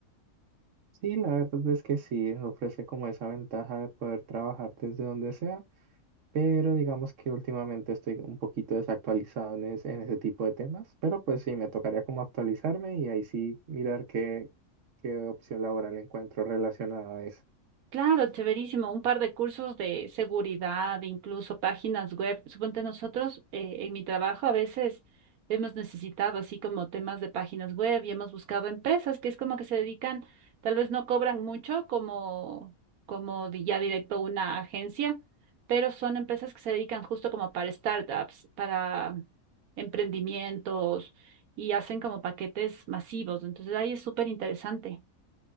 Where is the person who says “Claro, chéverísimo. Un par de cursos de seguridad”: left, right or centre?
Right